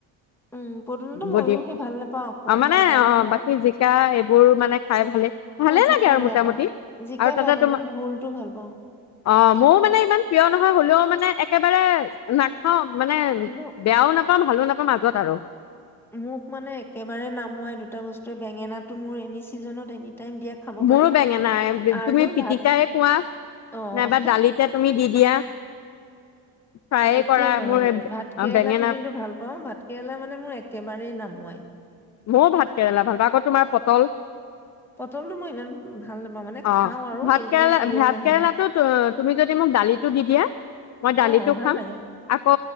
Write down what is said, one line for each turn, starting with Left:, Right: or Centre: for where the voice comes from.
Centre: উম পদুনাটো
Left: বদি,
Centre: ময়ো সেই ভাল নাপাওঁ খোৱা
Left: অ মানে
Centre: ভাল কাৰণে
Left: অ
Centre: খাওঁ
Left: বাকী জিকা এইবোৰ মানে খাই ভালে ভালেই
Centre: মই জিকা
Left: লাগে আৰু
Centre: বেয়া
Left: মোটামুটি
Centre: পাওঁ জিকা
Left: আৰু তাতে
Centre: বেয়া পাওঁ
Left: তোমাৰ,
Centre: কিন্তু ভোলটো ভাল পাওঁ
Left: অ' মোৰো মানে ইমান প্ৰিয় নহয় হলেও মানে একেবাৰে নাখাওঁ। মানে
Centre: কিন্তু
Left: বেয়াও নাপাওঁ। মই ভালো। <unintelligible> আগত আৰু।
Centre: মোক মানে একেবাৰে নামোৱাই দুটা বস্তুৱে বেঙেনাটো মোৰ এনি চিজনত এ দিয়া খাব
Left: মোৰো
Centre: পাৰিম
Left: বেঙেনা
Centre: আৰু
Left: তুমি পিটিকাই
Centre: ভাত।
Left: কোৱা
Centre: অ'
Left: নাইবা দালিতে তুমি দি দিয়া ফ্ৰায়ে
Centre: একেই
Left: কৰা
Centre: নহলে
Left: মোৰ
Centre: ভাত কেৰেলাটো
Left: বেঙেনা
Centre: কিন্তু ভাল পাওঁ ভাত কেৰেলা মানে মোৰ <unintelligible> মই।
Left: ময় ভাত কেৰেলা ভাল পাওঁ আকৌ তোমাৰ পটল।
Centre: পটলটো মই ইমান ভাল নাপাওঁ মানে
Left: অ',
Centre: খাওঁ আৰু
Left: ভাত
Centre: কিন্তু
Left: কেৰেলা
Centre: মোৰ প্ৰিয়
Left: ভাত
Centre: নহয়
Left: কেৰেলাটো তুমি যদি মোক দালিটো দি দিয়া মই দালিটো
Centre: অ ভাল
Left: খাম
Centre: লাগে
Left: আকৌ